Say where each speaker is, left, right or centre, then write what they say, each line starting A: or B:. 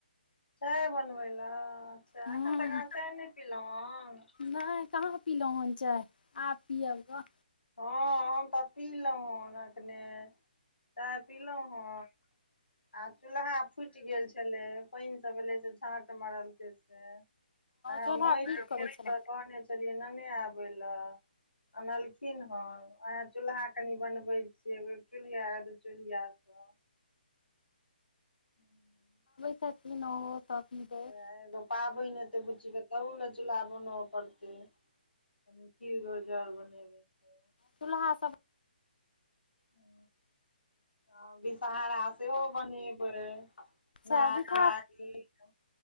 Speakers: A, on the left; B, on the left.
A: चाय बनबै लए अच्छा
B: हूँ
A: एखन तक आँहा चाय नहि पीलहुँ हँ
B: नहि कहाँ पीलहुँ हन चाय आब पिअब गऽ
A: हँ हम तऽ आब पीलहुँ हन एखने चाय पीलहुँ हन आ चूल्हा फूटि गेल छलै पइन सब भेले से झाट मारल के से आ
B: चूल्हा
A: माटि
B: ठीक करै
A: खेत
B: छल
A: त कहने छलियै नने आ बै ल अनलखिन हन वएह चूल्हा कनी बनबै छीयै एगो एक चूल्हिया दू चूल्हिया सब हू <inaudible>
B: छथिन ओहो तऽ पीबै
A: वएह एगो पाबहिन हेतै बच्ची के तहुमे चूल्हा बनब पड़तै कनि खीर घोरजौर बनेबै। से
B: चुल्हा सब
A: ओ ह विषहरा सेहो बनेबै,
B: अच्छा
A: नाग
B: बिठा
A: नागीन